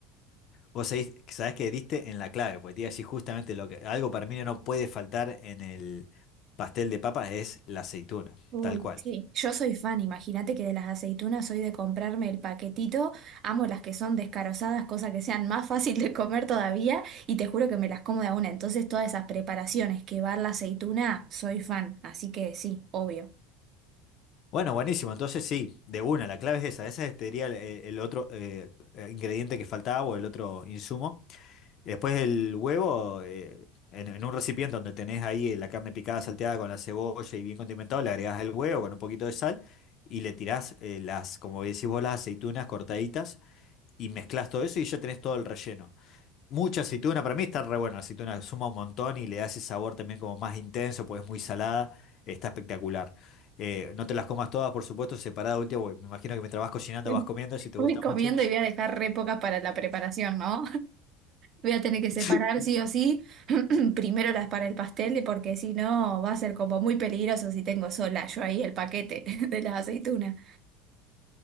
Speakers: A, on the left; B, on the right.
A: Vos sabés, sabés que diste en la clave, porque te iba a decir justamente lo que. Algo para mí no puede faltar en el pastel de papas es la aceituna,
B: Uy,
A: tal cual.
B: Sí, yo soy fan, imagínate que de las aceitunas soy de comprarme el paquetito, amo las que son descarozadas, cosa que sean más <laughs> fácil de comer todavía, y te juro que me las como de a una, entonces todas esas preparaciones que va la aceituna, soy fan, así que sí, obvio.
A: Bueno, buenísimo. Entonces sí, de una, la clave es esa. Ese es, te el, el otro eh, eh, ingrediente que faltaba o el otro insumo. Después el huevo, eh, en, en un recipiente donde tenés ahí la carne picada, salteada con la cebolla y bien condimentado, le agregás el huevo con un poquito de sal y le tirás eh, las, como decís vos, las aceitunas cortaditas y mezclás todo eso y ya tenés todo el relleno. Mucha aceituna, para mí está re bueno, la aceituna suma un montón y le da ese sabor también como más intenso, porque es muy salada, está espectacular. Eh, no te las comas todas, por supuesto, separada última, porque me imagino que mientras vas cocinando
B: <laughs>
A: vas comiendo, si te
B: Voy
A: gusta
B: comiendo
A: mucho.
B: y voy a dejar re pocas para la preparación, ¿no? <laughs> Voy a tener que separar
A: <laughs>
B: sí o sí, <clears throat> primero las para el pastel, porque si no va a ser como muy peligroso si tengo sola yo ahí el paquete <laughs> de las aceitunas.